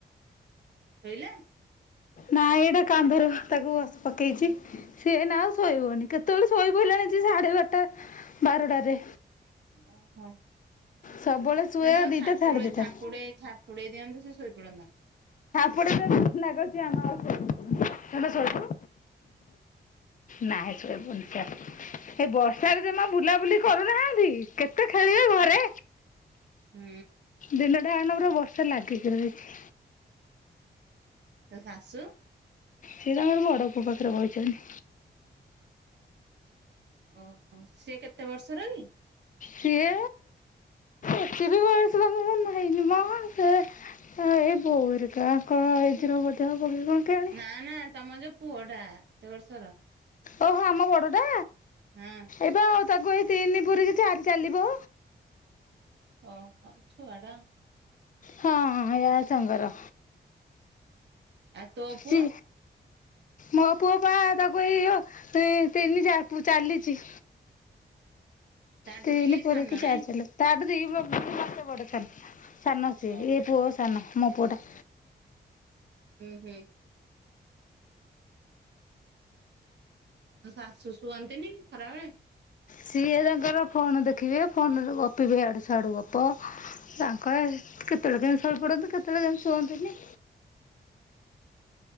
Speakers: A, on the right (about 80°); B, on the left (about 50°).
A: ଶୋଇଲା?
B: ନାାଇଁ ଏଇଟା କାନ୍ଧରେ ତାକୁ ବସ ପକେଇଚି। ସିଏ ଏଇନା ଆଉ ଶୋଇବନି। କେତୋଳୁ ଶୋଇପଇଲାଣି ଯେ ସାଢେ ବାରଟା ବାରଟାରେ।
A: ଓହୋ ସେତାକୁ
B: ସବୁବେଳେ ଶୁଏ ଦିଟା
A: ଥାପୁଡ଼େଇ
B: ସାଢ଼େ ଦିଟା
A: ଥାପୁଡ଼େଇ ଥାପ ପୁଉଡ଼େଇ ଦିଅନ୍ତୁ ସେ ଶୋଇ ପଡ଼ନ୍ତା।
B: ପଡେ ଲାଗଛି ଆମ ଆଉ ତେ ଶଛୁ। ନାଇଁ ଶୋଇପଡଚ। ଏଇ ବର୍ଷାରେ ଜମା ବୁଲାବୁଲି କରୁନାହାନ୍ତି କେତେ ଖେଳିବେ ଘରେ।
A: ହୁଁ
B: ଦିନଟା ଆନ ପୁରା ବର୍ଷା ଲାଗିକି ରହିଛି।
A: ତୋ ଶାଶୁ?
B: ସିଏ ତାଙ୍କର ବଡ଼ ପୁଅ ପାଖରେ ବଇଚନ୍ତି।
A: ଓହୋ ସିଏ କେତେ ବର୍ଷର କି?
B: ସିଏ ଅତେବି ବୟସ୍କ ନୁହ ହେଇନି ମଁ। ସେ ଆ ଏଇ ବୋଉର ହେରିକାଙ୍କ ଏଜର ବୋଧେ କି କଣ କେୟାଣି?
A: ନା ନା ତମ ଯୋଉ ପୁଅ ଟା କେତେ ବର୍ଷର?
B: ଓହୋ ଆମ ବଡଟା?
A: ହଁ
B: ଏଇ ପା ଆଉ ତାକୁ ଏଇ ତିନି ପୁରିକି ଚାରି ଚାଲିବ।
A: ଅହ ଛୁଆଡ଼ା।
B: ହଁ ୟା ସାଙ୍ଗର।
A: ଆ ତୋ ପୁଅ?
B: ସିି ମୋ ପୁଅ ପା ତାକୁ ଏଇ ତିନି ଚାର ପୁ ଚାଲିଚି।
A: ତାଠୁ
B: ତିନି
A: ଟିକେ
B: ପୁରିକି
A: ସାନ
B: ଚାରି
A: ନାଇଁ
B: ଚଳିବ। ତାପରେ କି ମାସେ ବଡ ସାନ। ସାନ ସିଏ
A: ଓହୋ
B: ଏଇ ପୁଅ ସାନ ମୋପୁଅ ଟା।
A: ହୁଁ ହୁଁ ତୋ ଶାଶୁ ଶୁଅନ୍ତିନି ଖରାବେଳେ?
B: ସିଏ ତାଙ୍କର ଫୋନ ଦେଖିବେ ଫୋନରେ ଗପିବେ ୟାଡୁ ସ ଶ୍ୟାଡୁ ଗପ। ତାଙ୍କ ଏ କେତୋଳେ କେମିତି ସୋଇପଡନ୍ତି କେତୋଳେ କେମିତି ଶୁଅନ୍ତିନି।